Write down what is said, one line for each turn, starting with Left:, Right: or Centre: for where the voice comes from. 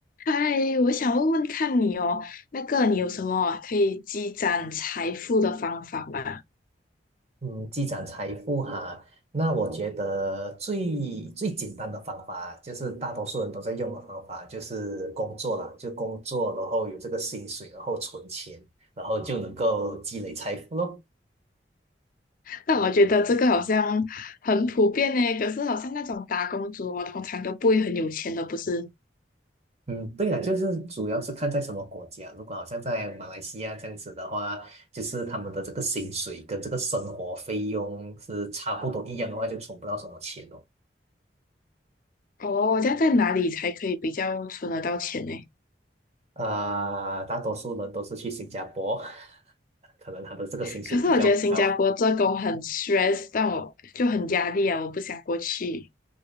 Left: 嗨，我想问问看你哦，那个你有什么可以积攒财富的方法吗？<laughs>
Right: 嗯，积攒财富哈，那我觉得最最简单的方法，就是大多数人都在用的方法，就是工作啦，就工作，然后有这个薪水，然后存钱，然后就能够积累财富咯。
Left: 那我觉得这个好像很普遍呢，可是好像那种打工族哦，通常都不会很有钱的，不是？
Right: 嗯，对了，就是主要是看在什么国家，如果好像在马来西亚这样子的话，就是他们的这个薪水跟这个生活费用是差不多一样的话，就存不到什么钱哦。
Left: 哦，这样在哪里才可以比较存得到钱呢？
Right: 啊、大多数人都是去新加坡，<laughs> 可能他的这个薪水比较高。
Left: 可是我觉得新加坡做工很 stress，但我就很压力啊，我不想过去。